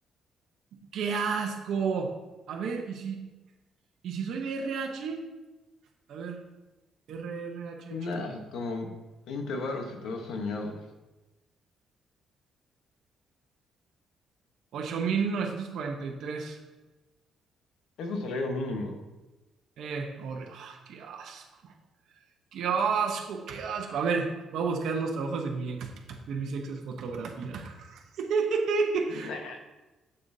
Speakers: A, on the right; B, on the left.
A: ¡Qué asco! A ver, ¿y si, y si soy de RH? A ver, RRHH.
B: Nah, como 20 varos si te vas soñado.
A: ocho mil novecientos cuarenta y tres
B: Es un salario mínimo.
A: Eh, horri- ah, qué asco, qué asco, qué asco. A ver, voy a buscar los trabajos de mi ex, de mis exes fotografía. <laughs>
B: Nah,